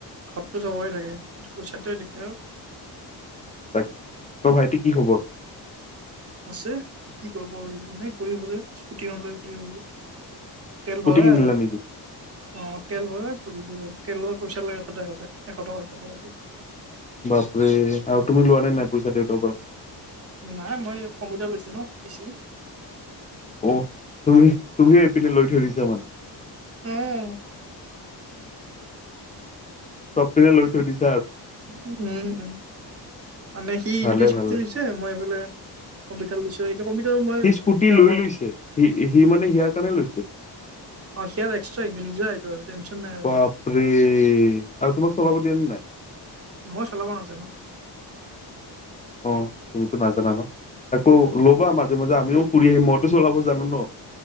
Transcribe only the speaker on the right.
ঘৰটো চবৰে থাকে পইছাটোৱে দিগদাৰ অ
আছে কি কৰিব এনেই ঘূৰি ফুৰে স্কুটিখন লৈ ঘূৰি ফুৰে তেল
ভৰা
আৰু
অ তেল ভৰাই তেলৰ পইচা লাগে সদায় সদায় এশ টকা এশ টকা
নাই মই কম্পউটাৰ লৈছো ন পিচি
হম
উম উম মানে সি
যদি স্কৃতি
লৈছে মই এফালে কম্পিউটাৰ লৈছো এইটো কম্পিউটাৰ মই
এতিয়া
মন
অ সেয় এক্সট্ৰা নিজেটো আৰু টেনশন নাই আৰু
মই চলাব নাজানো
উম